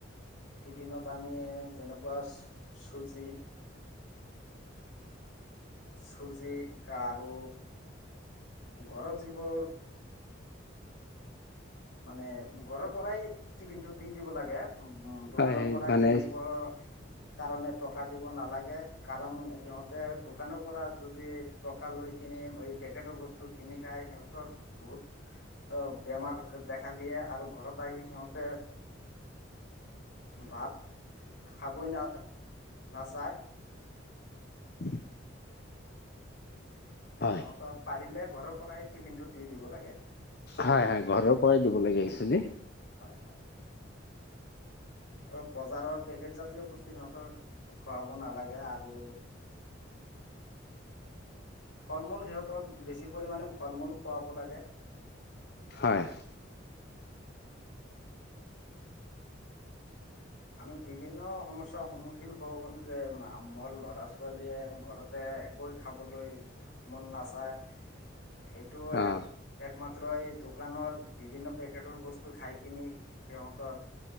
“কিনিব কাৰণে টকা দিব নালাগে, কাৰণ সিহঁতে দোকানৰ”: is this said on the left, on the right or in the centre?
Left